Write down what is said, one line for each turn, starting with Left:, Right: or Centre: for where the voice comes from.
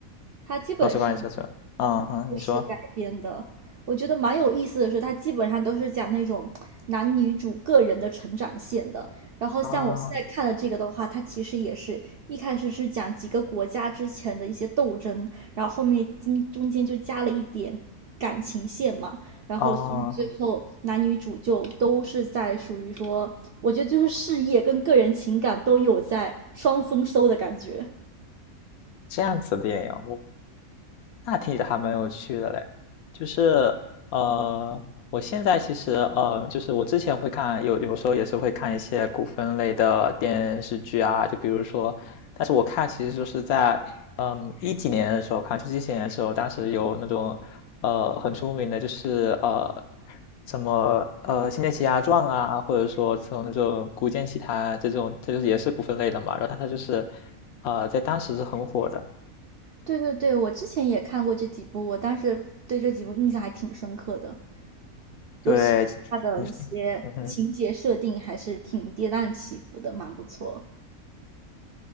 Right: 它基本上
Left: 都是关于小说？嗯哼，
Right: 故事改编的。
Left: 你说
Right: 我觉得蛮有意思的是，它基本上都是讲那种男女主个人的成长线的。然后像我现在看的这个的话，
Left: 啊
Right: 它其实也是一开始是讲几个国家之前的一些斗争，然后后面中中间就加了一点感情线嘛，然后所以最后男女主就都是在属于说，
Left: 啊，
Right: 我觉得就是事业跟个人情感都有在双丰收的感觉。
Left: 这样子的电影，那听着还蛮有趣的嘞，就是呃，我现在其实呃，就是我之前会看，有有时候也是会看一些古风类的电视剧啊，就比如说，但是我看其实就是在嗯一几年的时候看，就是一几年的时候，当时有那种呃很出名的，就是呃什么呃《仙剑奇侠传》啊，或者说从那种《古剑奇谭》这种，这就是也是古风类的嘛，然后它它就是呃在当时是很火的。
Right: 对对对，我之前也看过这几部，我当时对这几部印象还挺深刻的，
Left: 对，
Right: 尤其是它的一些情节设定还是挺跌宕起伏的，
Left: 你是嗯哼，
Right: 蛮不错。